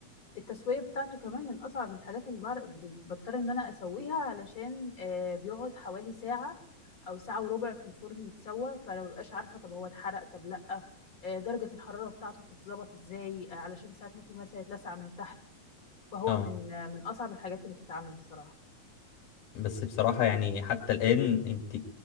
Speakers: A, on the left (about 35°); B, on the left (about 85°).
A: التسوية بتاعته كمان من أصعب الحاجات اللي بعر- ب- بضطر إن أنا أسويها علشان آه، بيقعد حوالي ساعة أو ساعة وربع في الفرن يتسوى فأنا مببقاش عارفة طب هو اتحرق طب لأ آه، درجة الحرارة بتاعته بتتظبط إزاي آه، علشان ساعات ممكن مثلا يتلسع من تحت فهو
B: اه
A: من آه، من أصعب الحاجات اللي بتتعمل الصراحة
B: بس بصراحة يعني حتى الآن انت